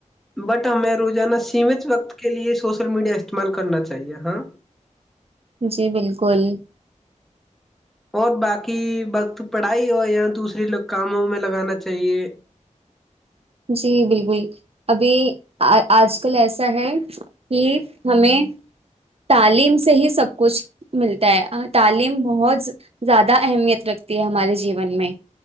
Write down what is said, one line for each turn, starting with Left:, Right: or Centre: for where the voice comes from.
Centre: بٹ ہمیں روزانہ سیمت وقت کے لئے سوش سوشل میڈیا استعمال کرنا چاہے ہاں
Right: جی بالکل
Centre: اور باقی وقت پڑھائی ہو یا دوسرے کاموں میں لگانا چاہیے
Right: جی بالکل ابھی آج کل ایسا ہے کہ ہمیں تعلیم سے ہی سب کچھ ملتا ہے تعلیم بہت زیادہ اہمیت رکھتی ہے ہمارے جیون میں